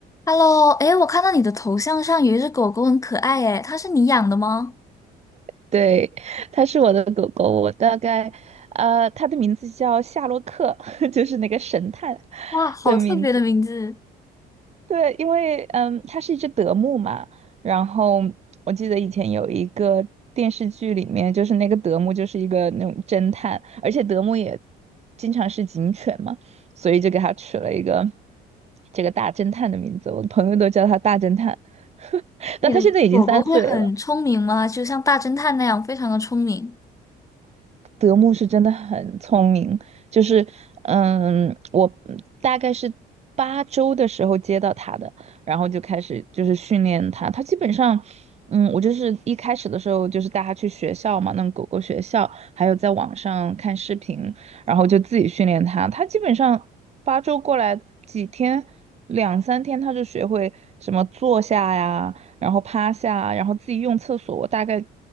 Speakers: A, on the left; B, on the right.
A: Hello，哎，我看到你的头像上有一只狗狗，很可爱哎，它是你养的吗？
B: 对，它是我的狗狗，我大概，呃，它的名字叫夏洛克，<laughs> 就是那个神探
A: 哇，好特别的名字！
B: 的名字。对，因为嗯，它是一只德牧嘛，然后我记得以前有一个电视剧里面，就是那个德牧就是一个那种侦探，而且德牧也经常是警犬嘛，所以就给它取了一个这个大侦探的名字，我的朋友都叫它大侦探，<laughs>
A: 你的狗狗会很聪明吗？
B: 但它现在已经三岁了。
A: 就像大侦探那样，非常的聪明，
B: 德牧是真的很聪明，就是嗯，我大概是八周的时候接到他的，然后就开始就是训练它。它基本上。嗯，我就是一开始的时候，就是带它去学校嘛，那种狗狗学校，还有在网上看视频，然后就自己训练它。它基本上八周过来几天，两三天，它就学会什么坐下呀，然后趴下，然后自己用厕所，我大概